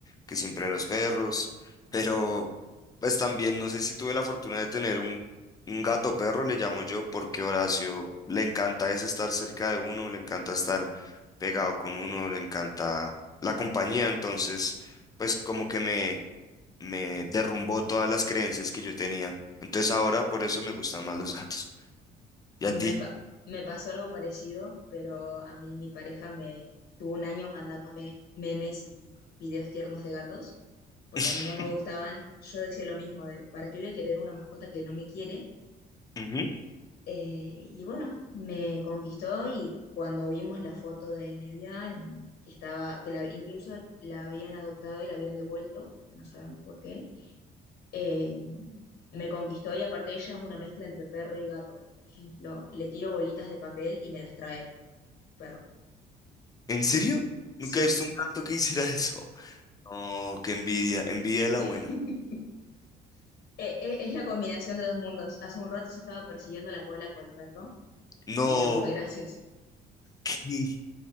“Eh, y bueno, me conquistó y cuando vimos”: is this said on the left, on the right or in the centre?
Left